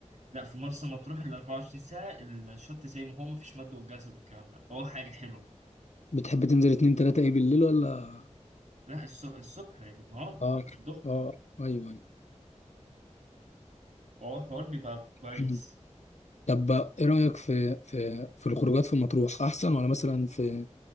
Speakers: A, on the right; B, on the left.
A: لا في مرسى مطروح ال 24 ساعة الشط زي ما هو مفيش مد والجزر والكلام ده فهو حاجة حلوة
B: بتحب تنزل اتنين تلاتة ايه بالليل ولا
A: لا الص- الصبح بالنهار
B: اه
A: في الظهر
B: اه ايوه أيوة.
A: فهو الحوار بيبقى كويس
B: طب طب ايه رأيك في في في الخروجات في مطروح احسن ولا مثلا في